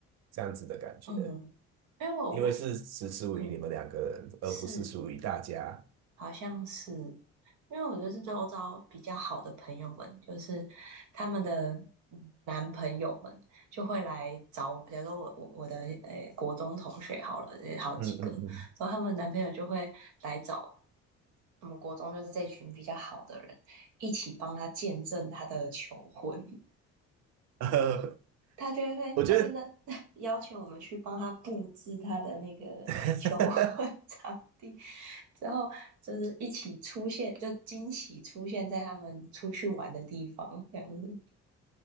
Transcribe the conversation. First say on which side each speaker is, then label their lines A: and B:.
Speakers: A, on the right; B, on the right.
A: 这样子的感觉。
B: 嗯，因为我我
A: 因为是只属于你们两个人，
B: 嗯
A: 而不是属于大家。
B: 是好像是，因为我就是周遭比较好的朋友们，就是他们的男朋友们就会来找我，假如说我我我的诶、国中同学好了，也好几个，
A: 嗯嗯嗯，
B: 然后他们男朋友就会来找我们国中就是这群比较好的人一起帮他见证他的求婚，
A: <laughs> 呃，
B: 他就会，
A: 我觉得
B: 他就那 <laughs> 要求我们去帮他布置他的那个求婚
A: <laughs>
B: <laughs> 场地，之后就是一起出现，就惊喜出现在他们出去玩的地方，这样子。